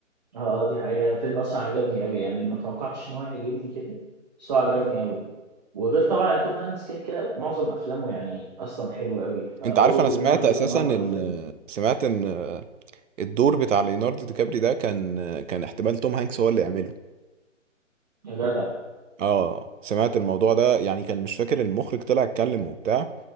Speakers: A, on the right; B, on the right.
A: اه آه، دي حقيقة الفيلم اصلا عجبني أوي يعني ما توقعتش ان هو يعجبني كده بس هو عجبني أوي وغير طبعا إن توم هانكس كده كده معظم افلامه يعني اصلا حلوة أوي فهو
B: انت عارف انا
A: وليوناردو
B: سمعت اساسا
A: لما عملوا
B: ان
A: فيلم
B: سمعت ان الدور بتاع ليوناردو دي كابري ده كان كان احتمال توم هانكس هو اللي يعمله
A: يا جدع
B: اه سمعت الموضوع ده يعني كان مش فاكر المخرج طلع اتكلم وبتاع